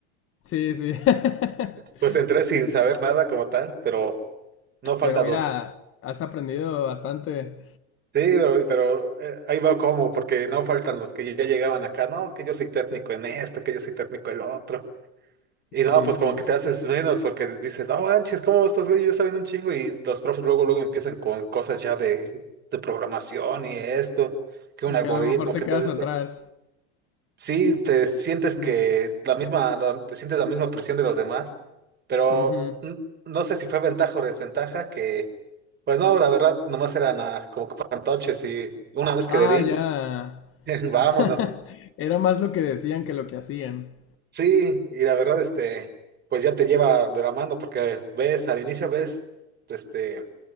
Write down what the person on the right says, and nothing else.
pues entré sin saber nada como tal, pero no faltan
los
Sí, pero, pero, eh, ahí va como, porque no faltan los que ya llegaban acá, no, que yo soy técnico en esto, que yo soy técnico en lo otro. Y
no, pues
como que te haces menos porque dices, no manches, ¿cómo estos güeyes ya saben un chingo? Y los profes luego, luego empiezan con cosas ya de, de programación y esto, que un
algoritmo,
que
todo esto.
Sí, te sientes
que la misma, la- te sientes la misma presión de los demás, pero
n- no sé si fue ventaja o desventaja que, pues no, la verdad, nomás eran ah, como que fantoches y una vez que
le di,
<laughs> vámonos.
Sí, y la verdad, este, pues ya te lleva de la mano porque ves, al inicio ves, este,